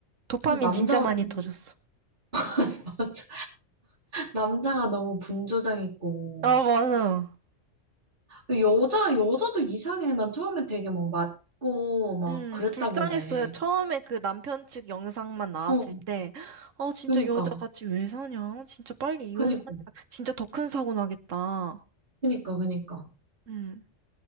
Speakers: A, on the right; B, on the right.
A: 도파민
B: 그리고 남자가
A: 진짜 많이
B: 너무,
A: 터졌어.
B: <laughs> 맞아. 남자가 너무 분조장 있고.
A: 아, 맞아.
B: 여자, 여자도 이상해. 난 처음에 되게 막 맞고 막
A: 음,
B: 그랬다길래.
A: 불쌍했어요. 처음에 그 남편 측 영상만 나왔을
B: 어,
A: 때, 아, 진짜
B: 그니까.
A: 여자같이 왜 사냐? 진짜 빨리 이혼하면
B: 그니까.
A: 진짜 더 큰 사고 나겠다.
B: 그니까, 그니까.
A: 음.